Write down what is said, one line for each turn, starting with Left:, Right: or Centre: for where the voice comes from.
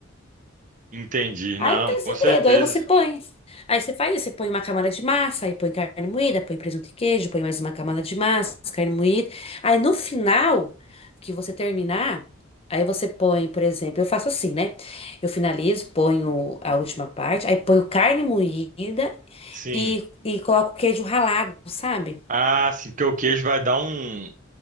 Right: Entendi.
Left: Aí
Right: Não,
Left: não tem
Right: com
Left: segredo,
Right: certeza.
Left: aí você põe. Aí você faz, isso, você põe uma camada de massa, aí põe carne moída, põe presunto e queijo, põe mais uma camada de massa, carne moída. Aí no final, que você terminar, aí você põe, por exemplo, eu faço assim, né? Eu finalizo, ponho a última parte, aí ponho carne moída
Right: Sim.
Left: e, e coloco queijo ralado, sabe?
Right: Ah, sim, porque o queijo vai dar um,